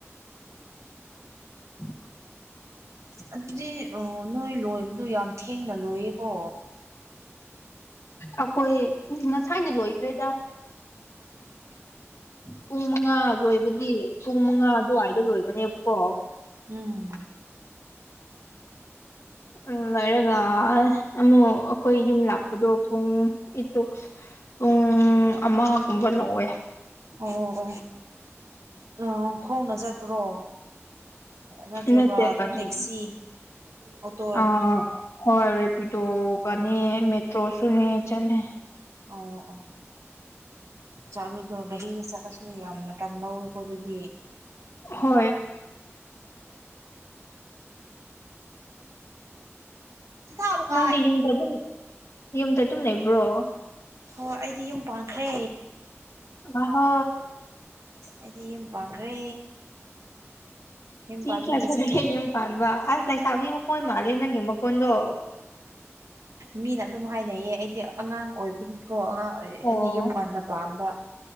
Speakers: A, on the left; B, on the right.
A: ꯎ
B: ꯑꯗꯨꯗꯤ ꯅꯣꯏ ꯂꯣꯏꯕꯗꯣ ꯌꯥꯝ ꯊꯦꯡꯅ ꯂꯣꯏꯌꯦꯀꯣ
A: ꯑꯩꯈꯣꯏ ꯎ ꯉꯁꯥꯏꯅ ꯂꯣꯏꯈ꯭ꯔꯦꯗ ꯄꯨꯡ ꯃꯉꯥ ꯂꯣꯏꯕꯗꯤ ꯄꯨꯡ ꯃꯉꯥ ꯑꯗꯨꯋꯥꯏꯗ ꯂꯣꯏꯕꯅꯦꯕꯀꯣ
B: ꯎꯝ
A: ꯎꯝ ꯍꯥꯏꯔꯒ ꯑꯃꯨꯛ ꯑꯩꯈꯣꯏ ꯌꯨꯝ ꯂꯥꯛꯄꯗꯣ ꯄꯨꯡ ꯏꯇꯨꯛ ꯄꯨꯡ ꯑꯃꯒꯨꯝꯕ ꯂꯧꯋꯦ
B: ꯑꯣ ꯑꯣ ꯎꯝ ꯈꯣꯡꯅ ꯆꯠꯄ꯭ꯔꯣ ꯅꯠꯇ꯭ꯔꯕ
A: ꯅꯠꯇꯦ ꯒꯥꯔꯤ
B: ꯇꯦꯛꯁꯤ ꯑꯣꯇꯣꯔ
A: ꯑꯥ ꯍꯣꯏ ꯔꯦꯄꯤꯗꯣꯒꯅꯤ ꯃꯦꯇ꯭ꯔꯣꯁꯨꯅꯦ ꯆꯠꯂꯦ
B: ꯑꯣ ꯑꯣ ꯆꯥ ꯑꯗꯨ ꯇꯧꯔꯒꯗꯤꯒ ꯆꯠ ꯅꯁꯨ ꯌꯥꯝꯅ ꯇꯝ ꯂꯧꯋꯦꯀꯣ ꯑꯗꯨꯗꯤ
A: ꯍꯣꯏ
B: ꯊꯥꯎ ꯂꯨꯀꯥꯏ
A: ꯅꯪꯗꯤ ꯌꯨꯝꯗ ꯑꯗꯨꯝ ꯌꯨꯝꯗ ꯑꯗꯨꯝ ꯂꯩꯕ꯭ꯔꯣ?
B: ꯍꯣꯏ ꯑꯩꯗꯤ ꯌꯨꯝ ꯄꯥꯟꯈ꯭ꯔꯦ꯫
A: ꯑ ꯍꯣ
B: ꯑꯩꯗꯤ ꯌꯨꯝ ꯄꯥꯟꯈ꯭ꯔꯦ꯫ ꯌꯨꯝ
A: ꯆꯍꯤ
B: ꯄꯥꯟꯕꯒꯤ
A: ꯀꯌꯥ ꯁꯨꯔꯒꯦ
B: ꯆꯠꯊꯣꯛ
A: ꯌꯨꯝ ꯄꯥꯟꯕ ꯑꯁ ꯂꯩꯥꯏꯁꯥꯕꯤꯒꯤ ꯃꯈꯣꯟ ꯃꯥꯜꯂꯦ ꯅꯪꯒꯤ ꯃꯈꯣꯟꯗꯣ꯫
B: ꯃꯤꯅ ꯑꯗꯨꯝ ꯍꯥꯏꯅꯩꯌꯦ ꯑꯩꯗꯤ ꯑꯉꯥꯡ ꯑꯣꯏꯕꯒꯤꯀꯣ ꯑꯉꯥꯡ
A: ꯑꯣ
B: ꯌꯨꯝ ꯉꯟꯅ ꯄꯥꯟꯕ